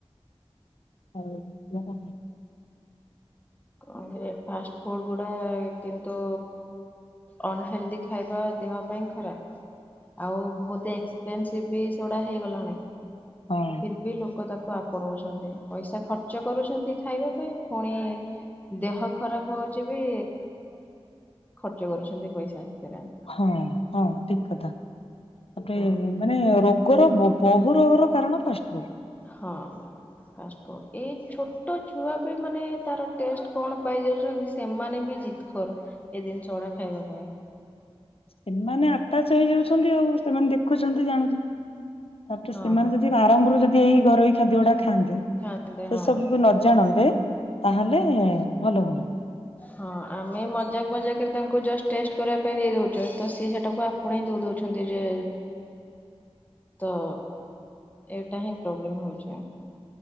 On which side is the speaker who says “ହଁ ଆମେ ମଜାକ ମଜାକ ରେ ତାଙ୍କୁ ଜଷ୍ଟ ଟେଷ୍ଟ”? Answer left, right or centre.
Left